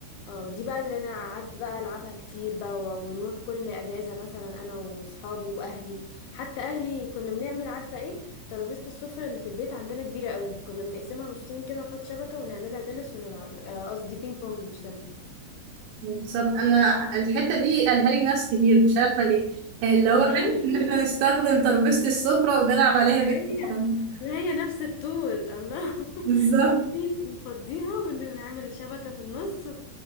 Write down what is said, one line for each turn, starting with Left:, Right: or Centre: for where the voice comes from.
Left: اه دي بقى اللي انا قعدت بقى العبها كتير بقى و- ونروح كل اجازه مثلا انا واصحابي واهلي حتى اهلي كنا بنعمل عارفه ايه ترابيزه السفره اللي في البيت عندنا كبيره قوي كنا بنقسمها نصين كده نحط شبكه ونعملها تنس ونلعب آه، قصدي بينج بونج مش تنس
Right: بالظبط انا الحته دي قالها لي ناس كتير مش عارفه ليه يعني اللي
Left: والله
Right: هو حته
Left: <laughs>
Right: ان احنا نستخدم ترابيزه السفره ونلعب عليها
Left: لا
Right: بينج
Left: هي
Right: بونج
Left: لا هي نفس الطول الله <laughs>
Right: بالظبط
Left: ومفيد بنفضيها ونعمل شبكة في النص